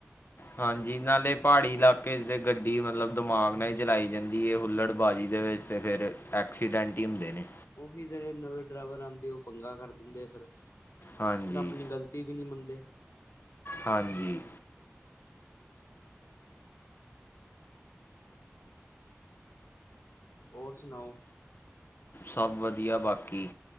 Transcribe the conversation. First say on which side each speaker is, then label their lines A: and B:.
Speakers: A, on the left; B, on the left.
A: ਹਾਂਜੀ, ਨਾਲੇ ਪਹਾੜੀ ਇਲਾਕੇ ਦੇ ਗੱਡੀ ਮਤਲਬ ਦਮਾਗ ਨਾਲ ਹੀ ਚਲਾਈ ਜਾਂਦੀ ਐ, ਹੁੱਲੜਬਾਜ਼ੀ ਦੇ ਵਿੱਚ ਤੇ ਫਿਰ ਐਕਸੀਡੈਂਟ ਹੀ ਹੁੰਦੇ ਨੇ।
B: ਉਹੀ ਜਿਹੜੇ ਨਵੇਂ ਡਰਾਈਵਰ ਆਂਦੇ ਐ, ਉਹ ਪੰਗਾ ਕਰ ਦਿੰਦੇ ਐ ਫਿਰ,
A: ਹਾਂਜੀ
B: ਫਿਰ ਆਪਣੀ ਗਲ ਤੀ ਵੀ ਨਹੀਂ ਮੰਨਦੇ।
A: ਹਾਂਜੀ,
B: ਹੋਰ ਸੁਣਾਓ
A: ਸਭ ਵਧੀਆ, ਬਾਕੀ